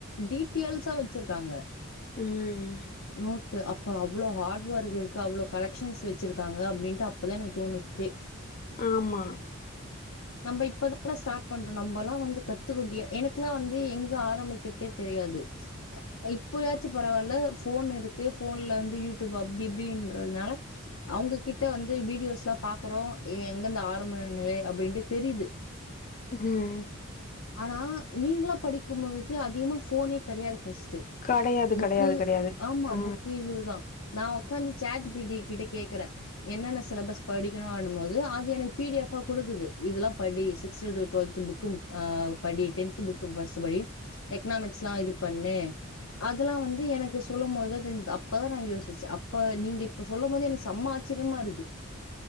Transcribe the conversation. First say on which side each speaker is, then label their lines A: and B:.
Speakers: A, on the left; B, on the left.
A: டீட்டெயில்ஸா வச்சிருக்காங்க
B: ம்ம்
A: நோட்டு அப் இப்ப அவ்ளோ ஹார்ட் ஒர்க் இருக்கு அவ்ளோ கலெக்ஷன்ஸ் வச்சிருக்காங்க அப்படின்ட்டு அப்பதான் எனக்கு தோணுத்தே
B: ஆமா
A: நம்ம இப்ப தாடா ஸ்டார்ட் பண்றோம் நம்ம எல்லாம் வந்து கத்துக்குட்டியே எனக்குெல்லாம் வந்து எங்க ஆரம்பிக்கறதே தெரியாது இப்பயாச்சும் பரவாயில்ல போன் இருக்கு போன்ல வந்து யூடியூப் அப்படி இப்படின்றதுனால அவுங்க கிட்ட வந்து வீடியோஸ் எல்லாம் பாக்குறோம் எங்கருந்து ஆரம்ப நிலை அப்படின்ட்டு தெரியுது
B: ம்
A: ஆனால் நீங்களாம் படிக்கும் பொழுது அதிகமாக ஃபோனே கிடையாது ஃபர்ஸ் டு
B: கடையாது
A: புக்கு
B: கடையாது கடையாது
A: ஆமா
B: ஆ
A: புக்கு இதுதான் நான் உக்காந்து சேட் பீடி இது கிட்ட கேக்குறேன் என்னென்ன சிலபஸ் படிக்கணும் போது அது எனக்கு பிடியப்பா குடுக்குது இதெல்லாம் படி சிக்ஸ்த் டூ ட்வெல்த் புக்கும் ஆஹ் படி டென்த் புக்கு ஃபர்ஸ்ட்ட் படி எக்கனாமிக்ஸ் எல்லாம் இது பண்ணு அதெல்லாம் வந்து எனக்கு சொல்லும் போது தான் தெரிஞ்சுது அப்பதான் நான் யோசிச்சேன் அப்ப நீங்க இப்ப சொல்லும் போது எனக்கு செம்ம ஆச்சரியமா இருக்கு